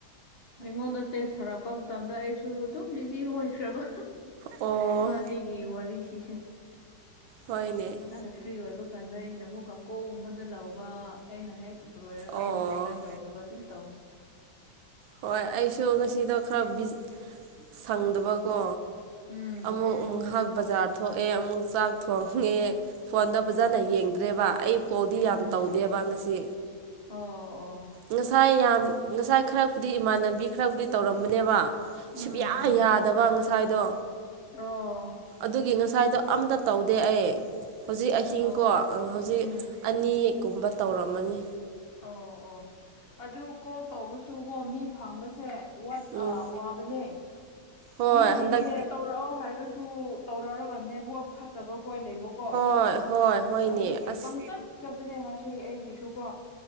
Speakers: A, on the left; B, on the right.
A: ꯑꯩꯉꯣꯟꯗ ꯇꯦꯛꯁ ꯁꯧꯔꯛꯄ ꯃꯇꯝꯗ ꯑꯩꯁꯨ ꯑꯗꯨꯝ ꯕꯤꯖꯤ ꯑꯣꯏꯈ꯭ꯔꯕ
B: ꯑꯣ
A: ꯏꯕꯥꯅꯤ ꯒꯤ ꯋꯥꯔꯤ ꯁꯤꯁꯦ
B: ꯍꯅꯦ
A: ꯅꯪꯅ ꯐ꯭ꯔꯤ ꯑꯣꯏꯕ ꯀꯥꯟꯗ ꯑꯩꯅ ꯑꯃꯨꯛ ꯀꯀꯣꯒꯨꯝꯕꯗ ꯂꯧꯕ ꯑꯩꯅ ꯍꯦꯛ ꯂꯣꯏꯔꯒ
B: ꯑꯣ
A: ꯅꯪ ꯔꯤꯄ꯭ꯂꯥꯏ ꯇꯧꯗꯕ ꯑꯗꯨꯝ ꯇꯧꯋꯦ
B: ꯍꯣꯏ ꯑꯩꯁꯨ ꯉꯁꯤꯗꯣ ꯈꯔꯕꯤ ꯁꯪꯗꯕꯀꯣ
A: ꯎꯝ
B: ꯑꯃꯨꯛ ꯉꯥꯏꯍꯥꯛ ꯕꯖꯥꯔ ꯊꯣꯛꯑꯦ ꯑꯃꯨꯛ ꯆꯥꯛ ꯊꯣꯡꯉꯦ ꯐꯣꯟꯗꯣ ꯐꯖꯅ ꯌꯦꯡꯗ꯭ꯔꯦꯕ ꯑꯩ ꯀꯣꯜꯗꯤ ꯌꯥꯝ
A: ꯎꯝ
B: ꯇꯧꯗꯦꯕ ꯉꯁꯤ
A: ꯑꯣ ꯑꯣ
B: ꯉꯁꯥꯏ ꯌꯥꯝ ꯉꯁꯥꯏ ꯈꯔꯕꯨꯗꯤ ꯏꯃꯥꯟꯅꯕꯤ ꯈꯔꯕꯨꯗꯤ ꯇꯧꯔꯝꯕꯅꯦꯕ
A: ꯎꯝ
B: ꯁꯨꯌꯥ
A: ꯎꯝ
B: ꯌꯥꯗꯕ ꯉꯁꯥꯏꯗꯣ
A: ꯑꯣ
B: ꯑꯗꯨꯒꯤ ꯉꯁꯥꯏꯗꯣ ꯑꯝꯇ ꯇꯧꯗꯦ ꯑꯩ ꯍꯧꯖꯤꯛ ꯑꯍꯤꯡꯀꯣ
A: ꯑꯣ
B: ꯍꯧꯖꯤꯛ
A: ꯎꯝ
B: ꯑꯅꯤꯌꯦꯛꯀꯨꯝꯕ ꯇꯧꯔꯝꯃꯅꯤ
A: ꯑꯣ ꯑꯣ ꯑꯗꯨ ꯀꯣ ꯇꯧꯕꯁꯨꯀꯣ ꯃꯤ ꯐꯪꯕꯁꯦ ꯋꯥ
B: ꯎꯝ
A: ꯑꯥ ꯋꯥꯕꯅꯦ
B: ꯍꯣꯏ
A: ꯃꯤꯁꯤꯡꯁꯦ
B: ꯍꯟꯗꯛ
A: ꯇꯧꯔꯛꯑꯣ ꯍꯥꯏꯔꯁꯨ ꯇꯧꯔꯛꯑꯒ ꯅꯦꯠꯋꯥꯛ ꯐꯠꯇꯕ ꯍꯣꯏ ꯂꯩꯕꯀꯣ
B: ꯍꯣꯏ ꯍꯣꯏ ꯍꯣꯏꯅꯦ
A: ꯑꯗꯨꯒꯤ
B: ꯑꯁ
A: ꯄꯪꯆꯠ ꯆꯠꯄꯅꯦ ꯉꯁꯤ ꯑꯩꯒꯤꯁꯨ ꯀꯣ